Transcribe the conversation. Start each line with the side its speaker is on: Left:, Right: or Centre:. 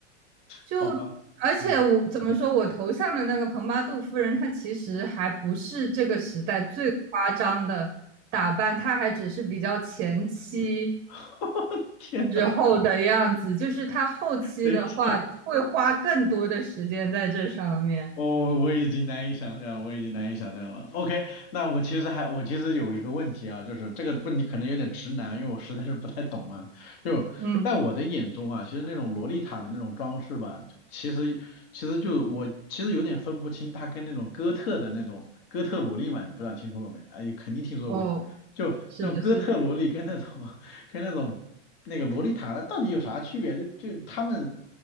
Right: 就
Left: 好吗？
Right: 而且我怎么说，
Left: 嗯，
Right: 我头像的那个蓬巴杜夫人，她其实还不是这个时代最夸张的打扮，她还只是比较前期
Left: <laughs> 天呐，
Right: 之后的样子，就是她后期的话会花更多的时间在这上面。
Left: 等于说。哦，我已经难以想象了我已经难以想象了。OK，那我其实还我其实有一个问题啊，就是这个问题可能有点直男，因为我实在是不太懂嘛。就在我的眼中啊，
Right: 嗯，
Left: 其实那种洛丽塔的那种装饰吧，其实其实就我其实有点分不清它跟那种哥特的那种哥特萝莉嘛，不知道听说过没？哎，肯定听说过。
Right: 哦，
Left: 就那种哥特萝莉跟那种
Right: 是的，是的
Left: <laughs> 跟那种那个洛丽塔到底有啥区别？就就他们